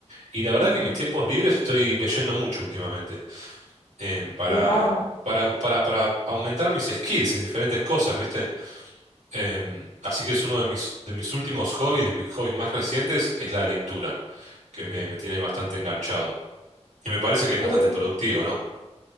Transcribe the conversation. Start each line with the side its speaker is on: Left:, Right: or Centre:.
Right: Y la verdad
Left: Ujú.
Right: que en mis tiempos libres estoy leyendo mucho últimamente, em, para,
Left: Guau.
Right: para, para, para aumentar mis skills en diferentes cosas, ¿viste? Em, así que es uno de mis, de mis últimos hobbies, de mis hobbies más recientes, es la lectura, que me, me tiene bastante enganchado. Y me parece que es bastante
Left: Eh,
Right: productivo, ¿no?